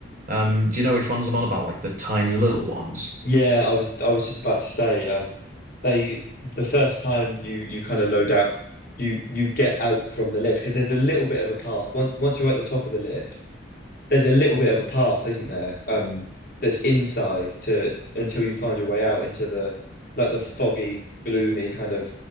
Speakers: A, on the right; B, on the left.
A: Um, do you know which ones I'm on about? Like the tiny little ones.
B: Yeah, I was I was just about to say, um they the first time you you kind of load out you you get out from the lift because there's a little bit of a path. Once once you're at the top of the lift, there's a little bit of a path, isn't there? Um, that's inside to until you find your way out into the like the foggy, gloomy kind of